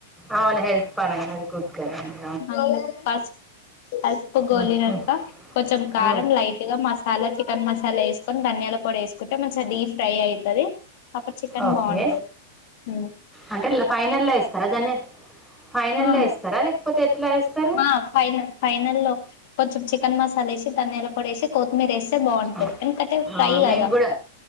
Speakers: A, in the centre; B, on the left.
A: అవును హెల్త్ పరంగా అది గుడ్ కదండి
B: అందు పసుపు పసుపు గోలినంక
A: ఉమ్, ఉమ్,
B: కొంచెం కారం
A: ఉమ్.
B: లైట్ గా మసా అన్లా మసాలా చికెన్ మసాలా వేసుకొని ధనియాల పొడి వేసుకుంటే మంచిగా డీ ఫ్రై అవుతది అప్పుడు చికెన్
A: ఓకే
B: బాగుంటది ఉమ్
A: అంటే ల- ఫైనల్లో ఇస్తారా దాన్ని ఫైనల్లో
B: ఆ
A: ఇస్తారా లేకపోతే ఎట్లా ఇస్తారు
B: ఆ ఫైన ఫైనల్ ల్లో కొంచెం చికెన్ మసా సాల వేసి ధనియాల పొడి వేసి కొత్తిమీర వేస్తే బాగుంటది
A: ఆ,
B: ఎందుకంటే
A: ఆ,
B: ఫ్రై
A: మేము
B: కదా
A: కూడా